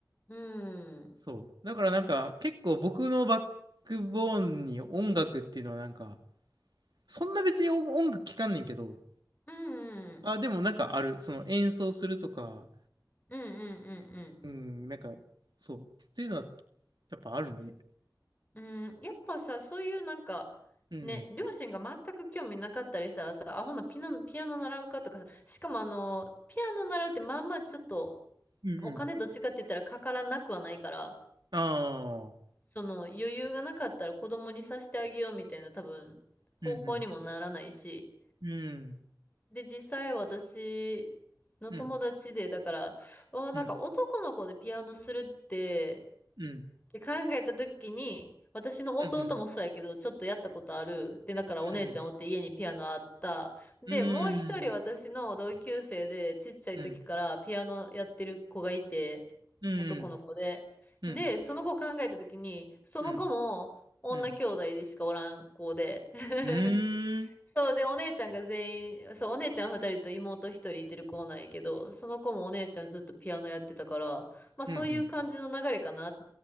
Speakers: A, on the left; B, on the right.
A: うん。うん
B: そう。だからなんか、結構僕のバックボーンに音楽っていうのはなんか、そんな別に音音楽聴かんねんけど、
A: うん。
B: あ、でもなんかある。その演奏するとか、
A: うんうんうんうん
B: うん、なんか、そう。っていうのは、やっぱあるね。
A: うん、やっぱさ、そういうなんか、
B: うん。
A: ね、両親が全く興味なかったりしたらさ、アホなピノ、ピアノ習うかとかさ、しかもあの、ピアノ習うってまあまあちょっと、
B: うんうん。
A: お金どっちかって言ったらかからなくはないから、
B: ああ。
A: その余裕がなかったら子供にさせてあげようみたいな多分、方向にもならないし、
B: うんうん。うん。
A: で、実際私の友達で、
B: うん。
A: だから、あーなんか男の子でピアノするって、
B: うん。うん。
A: で考えた時に私の弟もそうやけどちょっとやったことあるでだからお姉ちゃんおって家にピアノあったでもう一人私の同級生でちっちゃい時からピアノやってる子がいて男の子ででその子を考えた時にその子も女兄弟でしかおらん子で
B: うん、うん、うん、うん、うん、うん、うん、うん、うん、
A: <laughs>
B: うん、
A: そうで、お姉ちゃんが全員、そう、お姉ちゃん二人と妹一人いてる子なんやけど、その子もお姉ちゃんずっとピアノやってたから、まあそういう感じの流れかなっ
B: うん、うん。